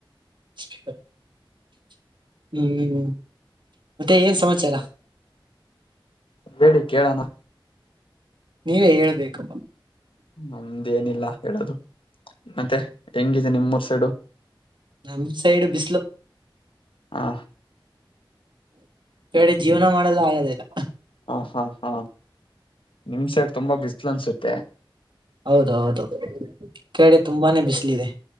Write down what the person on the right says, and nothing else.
<inaudible> ಹ್ಮ್ ಮತ್ತೆ ಏನ್ ಸಮಾಚಾರ
ನೀವೇ ಹೇಳ್ಬೇಕು
ನಮ ಸೈಡ್ ಬಿಸ್ಲು
ಕಡೆ ಜೀವನ ಮಾಡಲ್ಲ ಆಗೋದಿಲ್ಲ
ಹೌದೌದು ಕಡೆ ತುಂಬಾನೇ ಬಿಸ್ ಬಿಸಿಲಿದೆ